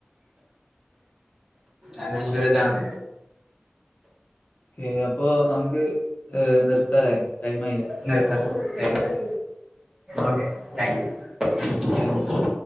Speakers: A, on the right (about 20°); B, on the left (about 45°).
A: അത് നല്ലൊരിതാണ്
B: ഏ അപ്പോ നമുക്ക് ഏ നിർത്തലെ ടൈമായില്ലേ
A: നിർത്താം. ടൈമായി okay Thank you
B: thank you thank you.